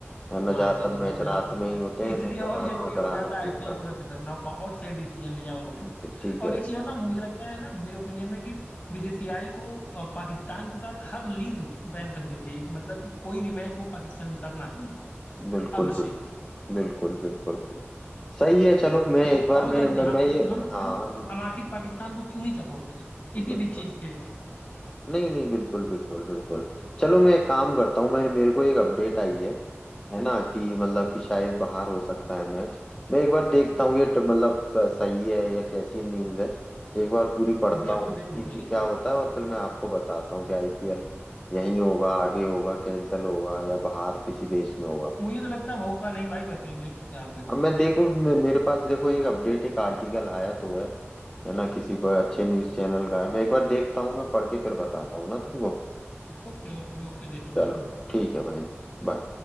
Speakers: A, on the left; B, on the left.
A: है ना
B: हाँ
A: ज्यादातर
B: आईपीएल का मैच
A: मैच
B: भी रात
A: रात
B: में होता
A: में ही
B: है
A: होते हैं
B: इसलिए
A: तो
B: और
A: फिर रात
B: जरूरी
A: में कराना
B: हो गया था आईपीएल
A: भी
B: को रद्द करना बहुत सही डिसीजन लिया उन्होंने
A: ठीक है ठीक
B: और
A: है
B: एक चीज और ना मुझे लगता है ना मेरे ओपिनियन में कि बीसीसीआई को अ, पाकिस्तान के साथ हर लीग बैन कर देनी चाहिए कि मतलब कि कोई भी मैच वो पाकिस्तान के साथ ना खेले
A: बिल्कुल
B: अब
A: बिल्कुल
B: से
A: बिल्कुल बिल्कुल सही है चलो मैं
B: क्योंकि
A: एक
B: ये
A: बार
B: बहुत
A: मैं
B: जरूरी
A: मैं,
B: है हाँ
A: मैं
B: बिल्कुल
A: ये
B: हम
A: हाँ
B: हम हम आखिर पाकिस्तान को क्यों ही सपोर्ट करें किसी
A: बिल्कुल
B: भी चीज से
A: नहीं नहीं बिल्कुल बिल्कुल बिल्कुल चलो मैं एक काम करता हूँ मैं मेरे को एक अपडेट आई है है ना कि मतलब कि शायद बाहर हो सकता है मैच मैं एक बार देखता हूँ ये ट- मतलब स- सही है या कैसी न्यूज़ है एक बार पूरी पढ़ता
B: देख
A: हूँ
B: लो देख लो
A: कि, कि
B: कोई दिक्कत
A: क्या होता
B: नहीं
A: है और फिर मैं आपको बताता हूँ कि आईपीएल यहीं होगा आगे होगा कैंसिल होगा या बाहर किसी देश में होगा
B: मुझे तो लगता है अब होगा नहीं भाई वैसे देखो क्या आप बताइए
A: अब मैं देखो मे- मेरे पास देखो एक अपडेट एक आर्टिकल आया तो है है ना किसी पर अच्छे न्यूज़ चैनल का है मैं एक बार देखता हूँ मैं पढ़ के फिर बताता हूँ ना तुमको
B: ओके ओके ओके देख लो
A: चलो
B: देख लो
A: ठीक है भाई बाय